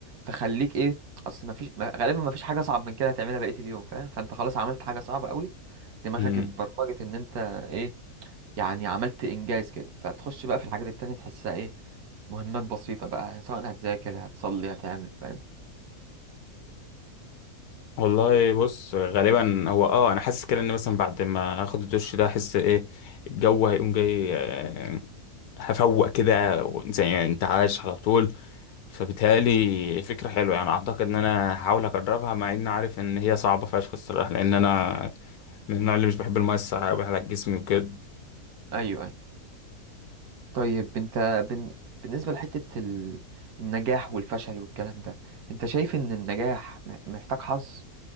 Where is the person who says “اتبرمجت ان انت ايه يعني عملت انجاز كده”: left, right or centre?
Right